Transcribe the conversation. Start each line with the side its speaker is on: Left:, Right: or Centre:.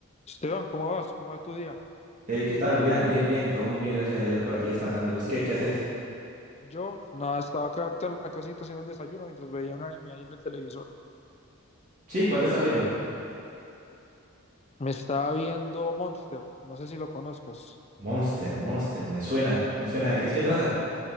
Left: Esteban, ¿cómo vas? ¿Cómo va tu día?
Right: Hey, ¿qué tal, Julián? Bien, bien, todo muy bien, gracias a Dios por aquí descansando. ¿Y vos qué? ¿Qué haces?
Left: Yo, nada, estaba acá ahorita en la casita haciendo el desayuno mientras veía un anime ahí en el televisor.
Right: Sí, ¿cuál te estás viendo?
Left: Me estaba viendo Monster, no sé si lo conozcas.
Right: Monster, Monster, me suena, me suena. ¿De qué es que trata?